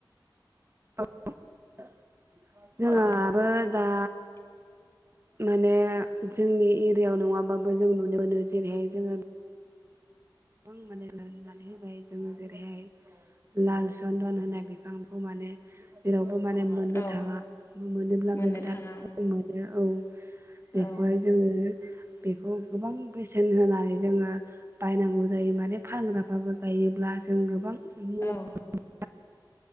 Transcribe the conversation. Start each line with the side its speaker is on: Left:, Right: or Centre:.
Right: <unintelligible> जोंहाबो
Left: औ
Right: दा
Left: <inaudible>
Right: माने जोंनि एरियायाव नङाबाबो जों नुनो मोनो जेरैहाय जोङो गोबां माने लनानै जोङो जेरैहाय लाल सन्दन होनाय बिफांखौ माने जेराव खौ माने मोननो
Left: औ
Right: थाङा मोनोब्लाबो
Left: मोननो
Right: बिराद
Left: थाङा
Right: खम मोनो औ। बेखौहाय
Left: औ
Right: जोङो बेखौ गोबां बेसेन होनानै जोङो बायनांगौ जायो जायो माने फानग्राफ्राबो गायोब्ला जों गोबां मुलाम्फा
Left: औ
Right: मोनो।